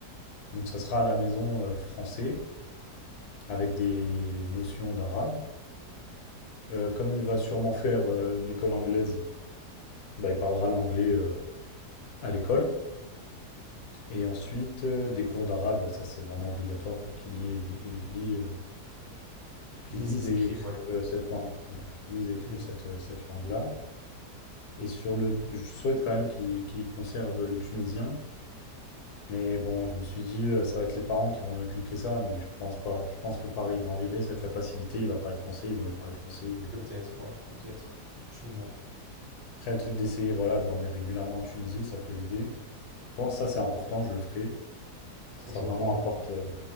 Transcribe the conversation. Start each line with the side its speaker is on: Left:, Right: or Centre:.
Left: Donc ça sera à la maison euh, français avec des notions d'arabe. Euh, comme il va sûrement faire euh, une école anglaise, bah, il parlera l'anglais euh, à l'école. Et ensuite, euh, des cours d'arabe, ça c'est vraiment obligatoire pour qu'il y ait- li- lit, euh, qu'il
Right: Ils,
Left: lise
Right: ils
Left: et
Right: écrivent,
Left: écrive
Right: ouais.
Left: euh, cette langue, ouais, qu'il lise et écrive
Right: Mm.
Left: cette, euh, cette langue-là. Et sur le, je souhaite quand même qu'ils qu'ils conservent le tunisien. Mais bon, je me suis dit, euh, ça va être les parents qui vont lui inculquer ça, mais je pense pas. Je pense que pareil, ils vont arriver, ça va être la facilité, il va parler français, ils vont lui parler français. euh.
Right: Peut-être, ouais, peut-être. Sûrement.
Left: Après, le truc d'essayer, voilà, de l'emmener régulièrement en Tunisie, ça peut l'aider. Je pense que ça, c'est important, je le ferai.
Right: Enfin,
Left: Ça
Right: je vois
Left: vraiment
Right: pas.
Left: apporte. euh,